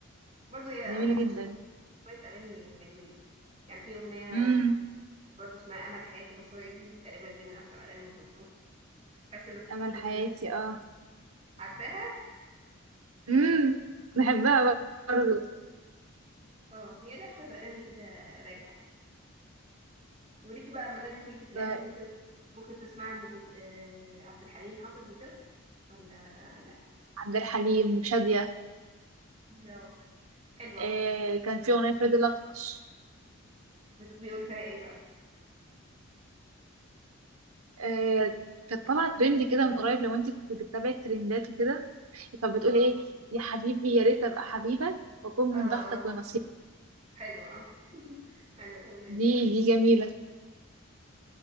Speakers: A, on the right; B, on the right.
A: برضو يا
B: جميلة
A: ام كلثوم
B: جدا
A: شويه اغاني حلوين يعني في اغنيه
B: امم
A: برضو اسمها امل حياتي مشهوره جدا تقريبا دي من اشهر اغاني ام كلثوم حاسس ان
B: أمل
A: كل
B: حياتي
A: الناس
B: اه
A: عارفاها
B: امم بحبها برضه
A: اه هي لها شويه اغاني كده رايقه وليكي بقى ما دام انت ليكي في القديم
B: طيب،
A: وكده ممكن تسمعي ام كل... آه عبد الحليم حافظ وكده ولا لا
B: عبد الحليم وشادية
A: كده حلوه قوي
B: آه كان في أغنية فريد الأطرش
A: بيقول فيها ايه بقى
B: آه كانت طالعة ترند كده من قريب لو انت كنت بتتابعي الترندات وكده كانت بتقول
A: اه
B: ايه يا حبيبي يا ريت أبقى حبيبك وأكون من
A: اه
B: بختك
A: اه
B: ونصيبك
A: حلوه اه حلوه الاغنيه دي
B: دي دي جميلة